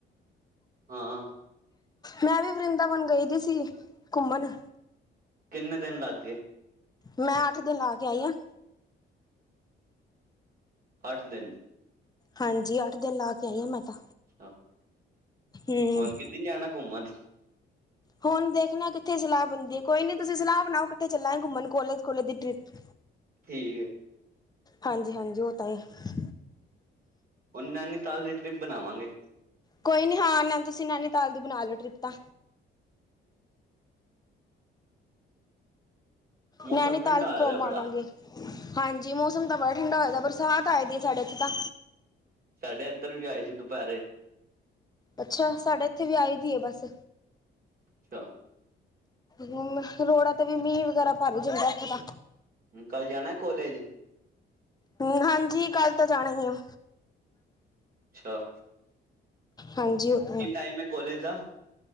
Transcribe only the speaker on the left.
ਮੈਂ ਵੀ ਵਰਿੰਦਾਵਨ ਗਈ ਦੀ ਸੀ ਘੁੰਮਣ।
ਮੈਂ ਅੱਠ ਦਿਨ ਲਾ ਕੇ ਆਈ ਆਂ।
ਹਾਂਜੀ ਅੱਠ ਦਿਨ ਲਾ ਕੇ ਆਈ ਆਂ ਮੈਂ ਤਾਂ।
ਹੂੰ
ਹੁਣ ਦੇਖਣਾ ਕਿੱਥੇ ਸਲਾਹ ਬਣਦੀ ਏ। ਕੋਈ ਨੀ ਤੁਸੀਂ ਸਲਾਹ ਬਣਾਓ ਇੱਕਠੇ ਚੱਲਾਂਗੇ ਘੁੰਮਣ ਕੋਲੇਜ ਕੋਲੇਜ ਦੀ ਟ੍ਰਿਪ।
ਹਾਂਜੀ ਹਾਂਜੀ ਉਹ ਤਾਂ ਹੀ ਏ।
ਕੋਈ ਨੀ ਹਾਂ ਨਾਲੇ ਤੁਸੀਂ ਨੈਨੀਤਾਲ ਦੀ ਬਣਾ ਲਓ ਟ੍ਰਿਪ ਤਾਂ।
ਨੈਨੀ
ਤਾਲ ਵੀ
ਘੁੰਮ
ਮ
ਆਵਾਂਗੇ ਹਾਂਜੀ ਮੌਸਮ ਤਾਂ ਬੜਾ ਠੰਡਾ ਹੋਏਦਾ ਬਰਸਾਤ ਆਏ ਦੀ ਹੈ। ਸਾਡੇ ਇੱਥੇ ਤਾਂ।
ਅੱਛਾ ਸਾਡੇ ਇੱਥੇ ਵੀ ਆਈ ਦੀ ਆ ਬਸ।
ਹੁਣ ਰੋਡਾ ਤੇ ਵੀ ਮੀਂਹ ਵਗੈਰਾ ਭਰ ਜਾਂਦਾ ਇੱਥੇ ਤਾਂ।
ਹੂੰ ਹਾਂਜੀ ਕੱਲ ਤਾਂ ਜਾਣਾ ਈ ਆ।
ਹਾਂਜੀ। ਓਕੇ